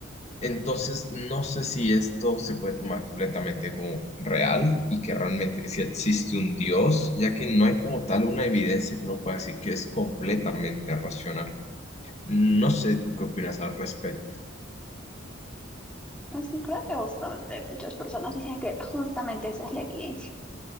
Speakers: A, on the left; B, in the centre.
A: entonces, no sé si esto se puede tomar completamente como real y que realmente sí existe un Dios, ya que no hay como tal una evidencia que uno pueda decir que es completamente racional. No sé, ¿tú qué opinas al respecto?
B: Es que creo que justamente muchas personas dicen que justamente esa es la evidencia